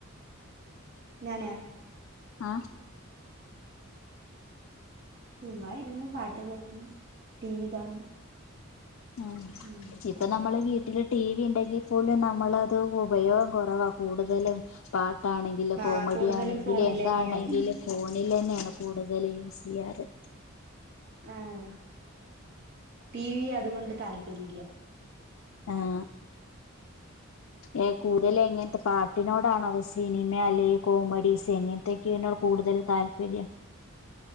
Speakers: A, on the right (about 50°); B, on the left (about 65°).
A: ഞാനാ
B: ആഹ
A: ചുമ്മ ഇരുന്നു പാട്ട് കേൾക്കും ടി വി കാണും
B: ആ
A: ഉം
B: ഇപ്പൊ
A: അങ്ങനെയൊക്കെ
B: നമ്മള് വീട്ടില് ടി വി ഉ ങ്കിൽ പോലും നമ്മളത് ഉപയോഗം കുറവാ കൂടുതലും അതാണെങ്കിൽ കോമഡി
A: ആഹ് കൂടുതലും
B: ആണെങ്കിൽ
A: ഫോണിലെന്നെയാണ്
B: എന്താണെങ്കിൽ ഈലെന്നെയാണ് കൂടുതൽ യൂസ് ചെയ്യാറ്
A: ആഹ ടി വി അതുകൊണ്ട് താല്പര്യ ഇല്ല
B: ആഹ ഏ കൂ കൂടുതല എങ്ങനത്തെ പാട്ടിനോടാണോ അത് സിനിമ അല്ലെങ്കിൽ കോമഡീസ് എങ്ങനത്തെെയൊക്കെയോട് കൂടുതൽ താല്പര്യം ശരി